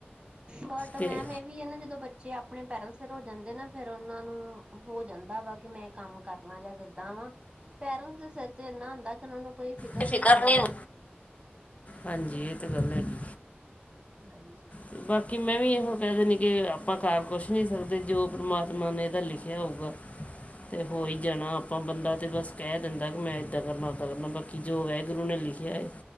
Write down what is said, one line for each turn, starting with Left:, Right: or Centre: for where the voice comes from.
Right: ਬਟ
Left: ਤੇ
Right: ਮੈਮ ਏ ਵੀ ਏ ਨਾ ਜਦੋਂ ਬੱਚੇ ਆਪਨੇ ਪੈਰਾਂ ਸਿਰ ਹੋ ਜਾਂਦੇ ਨਾ ਫਿਰ ਓਨਾਂ ਨੂੰ ਹੋ ਜਾਂਦਾ ਵਾ ਕੇ ਮੈਂ ਕੰਮ ਕਰਨਾ ਜਾਂ ਜਿੱਦਾਂ ਵਾਂ ਪੇਰੇਂਟਸ ਤੇ ਸਿਰ ਤੇ ਏਨਾ ਹੁੰਦਾ ਕੇ ਓਨਾਂ ਨੂੰ ਕੋਈ
Left: ਤੇ ਫਿਕਰ
Right: ਨਹੀਂ ਹੁੰਦਾ
Left: ਨੀ ਹੋ, ਹਾਂਜੀ ਏ ਤੇ ਗੱਲ ਹੈਗੀ।
Right: ਹਾਂਜੀ।
Left: ਤੇ ਬਾਕੀ ਮੈਂ ਵੀ ਏਹੋ ਕੈ ਦਿੰਨੀ ਕੇ ਆਪਾਂ ਕਰ ਕੁਛ ਨਈ ਸਕਦੇ ਜੋ ਪਰਮਾਤਮਾ ਨੇ ਏਦਾ ਲਿਖੇਆ ਹੋਊਗਾ। ਤੇ ਹੋ ਈ ਜਾਨਾ ਆਪਾਂ ਬੰਦਾ ਤੇ ਬਸ ਕੈ ਦਿੰਦਾ ਕੇ ਮੈਂ ਏਦਾਂ ਕਰਨਾ ਓਦਾਂ ਕਰਨਾ ਬਾਕ ਕੀ ਜੋ ਵੈਗੁਰੂ ਨੇ ਲਿਖੇਆ ਏ